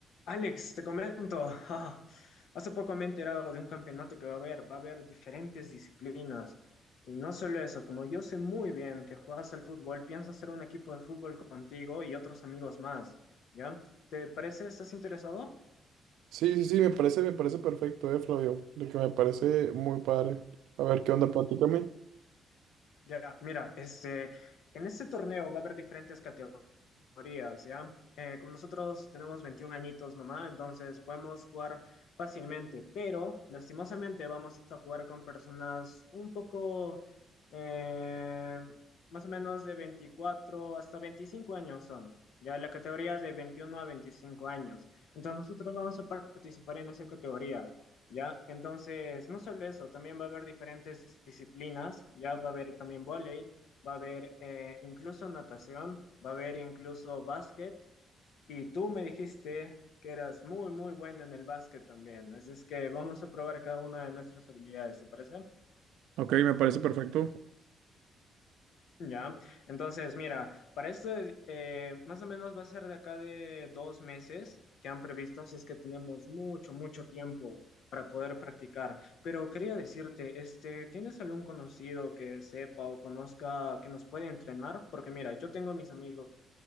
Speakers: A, on the left; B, on the right.
A: Alex, te comento, ah, hace poco me he enterado de un campeonato que va a haber, va a haber diferentes disciplinas. Y no solo eso, como yo sé muy bien que juegas al fútbol, pienso hacer un equipo de fútbol contigo y otros amigos más, ¿ya? ¿Te parece? ¿Estás interesado?
B: Sí, sí, sí, me parece, me parece perfecto, eh, Flavio, de que me parece muy padre. A ver, ¿qué onda? Platícame.
A: Ya, mira, este, en este torneo va a haber diferentes categorías, ¿ya? Eh, como nosotros tenemos 21 añitos nomás, entonces podemos jugar fácilmente, pero lastimosamente vamos a jugar con personas un poco, eh, más o menos de 24 hasta 25 años son, ya la categoría es de 21 a 25 años. Entonces nosotros vamos a participar en esa categoría. ¿ya? Entonces, no solo eso, también va a haber diferentes disciplinas, ¿ya? Va a haber también vóley, va a haber eh, incluso natación, va a haber incluso básquet. Y tú me dijiste que eras muy, muy bueno en el básquet también. Así es que vamos a probar cada una de nuestras habilidades, ¿te parece?
B: Ok, me parece perfecto.
A: Ya, entonces mira, para esto es- eh, más o menos va a ser de acá de dos meses que han previsto, así es que tenemos mucho, mucho tiempo para poder practicar. Pero quería decirte, este, ¿tienes algún conocido que sepa o conozca que nos puede entrenar? Porque mira, yo tengo mis amigos